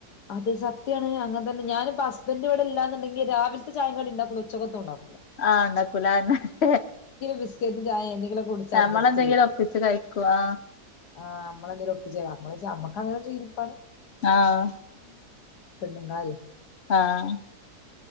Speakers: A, on the left; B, on the left.
A: അത് സത്യാണ് അങ്ങൻ തന്നെ ഞാനിപ്പ ഹസ്ബൻഡിവടെ ഇൽ ല്ലാന്ന്ണ്ടെങ്കി രാവിൽത്തെ ചായേം കടീം ഇണ്ടാക്കൂല ഉച്ചക്കത്ത ഒണ്ടാക്കും
B: ആഹ് ഇണ്ടാക്കൂല അ അന്നെ
A: ബിസ്ക്കറ്റും ചായ എന്തെങ്കിലുമൊക്കെ കുടിച്ച്
B: നമ്മളെന്തെങ്കിലൊപ്പിച്ച്
A: അഡ്ജസ്റ്റ് ചെയ്യും
B: കഴിക്ക് ക്കുവാ
A: ആഹ് നമ്മളെന്തേലും ഒപ്പിച്ചേ നമ്മളച്ചാ നമ്മക്കങ്ങനൊരു ശീലിപ്പാണ്
B: ആഹ്
A: പെണ്ണ്ങ്ങളായി
B: ആഹ്